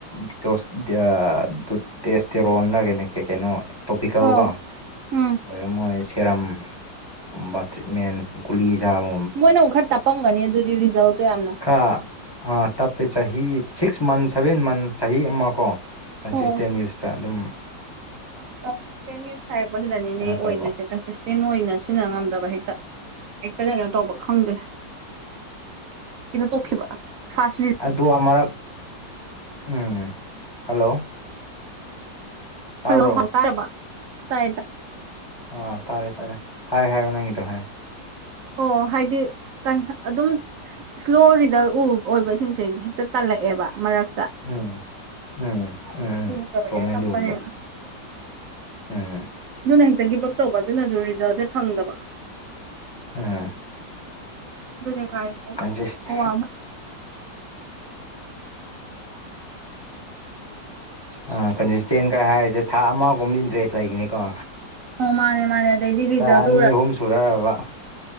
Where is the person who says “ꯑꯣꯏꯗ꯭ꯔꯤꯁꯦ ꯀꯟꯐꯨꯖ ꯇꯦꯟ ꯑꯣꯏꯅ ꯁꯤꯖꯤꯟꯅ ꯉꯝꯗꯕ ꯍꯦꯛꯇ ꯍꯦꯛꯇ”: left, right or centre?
Right